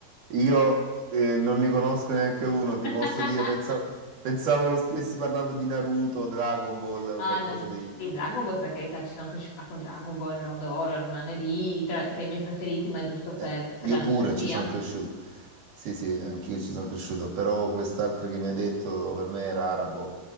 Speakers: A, on the right (about 55°); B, on the left (about 70°).
A: io eh, non ne conosco neanche uno, ti
B: <laughs>
A: posso dire, pensavo, pensavo stessi parlando di Naruto, Dragon Ball,
B: Ah,
A: qualcosa
B: no, no.
A: di...
B: Il Dragon Ball, per carità, ci sono cresciuta con Dragon Ball, lo adoro, rimane lì tra, tra i miei preferiti, ma è giusto per
A: Eh,
B: per
A: io
B: la
A: pure
B: nostalgia.
A: ci sono cresciuto. Sì, sì, anch'io ci sono cresciuto, però quest'altro che mi ha detto per me era arabo.